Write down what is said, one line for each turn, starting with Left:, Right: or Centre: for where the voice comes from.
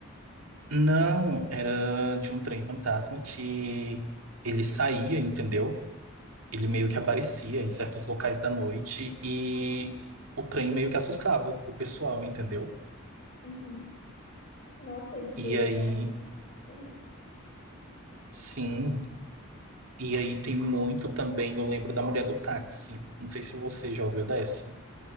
Right: Não, era de um trem fantasma que ele saía, entendeu? Ele
Left: Uhum.
Right: meio que aparecia em certos locais da noite e o trem meio que assustava o pessoal, entendeu?
Left: Uhum. Nossa, esse
Right: E
Left: daí
Right: aí,
Left: eu não, não conheço.
Right: sim. E aí tem muito também, eu lembro da mulher do táxi. Não sei se você já ouviu dessa.